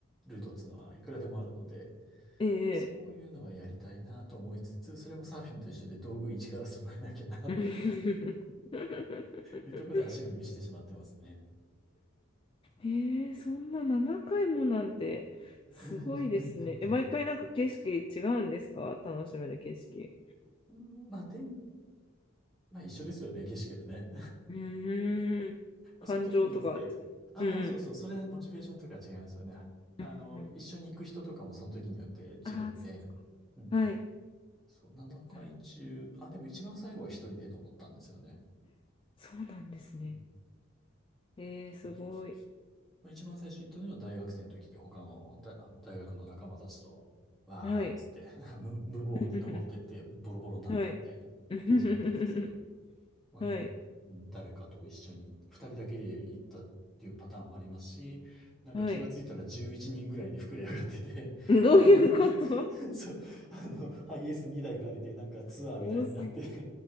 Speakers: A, in the centre; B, on the left (about 25°).
A: ルートっていうのはいくらでもあるので、
B: ええ
A: そういうのはやりたいなと思いつつ、それもサーフィンと一緒で道具一から揃えなきゃなって
B: ええ
A: いうところで足踏みしてしまってますね。
B: <laughs> えそんな7回もなんて、
A: <laughs>
B: すごいですね。え、毎回なんか景色違うんですか楽しめる景色。
A: うんまあ、天、まあ一緒ですよね、景色はね。
B: うーん。感情とか。
A: その時によって、あ、
B: うんうん。
A: まあそうそう、それはモチベーションとか違いますよね。あの、
B: うんうん。
A: 一緒に行く人とかもその時によって違くて、
B: ああ、そっか。
A: うん。
B: はい。
A: そう、7回中、
B: なるほど
A: あ、でも一番最後は一人で登ったんですよね。
B: そうなんですね。
A: うん。
B: えー、すごい。
A: そうそうそうそう。まあ、一番最初行ったのは大学生の時で、他の大、大学の仲間たちと、わーっつって
B: はい。
A: <laughs> 無、無謀に登ってってボロボロになったみたいな感じだったんですけど。
B: <laughs> はい。<laughs>
A: まあ、
B: はい。
A: イラン、うん誰かと一緒に、二人だけで行ったっていうパターンもありますし、なんか気がついたら11人ぐらいに膨れ上がってて、
B: はい。どういうこと
A: <laughs> そう、あの、ハイエース2台借りて、なんかツアーみたいになって
B: <laughs> 多すぎ。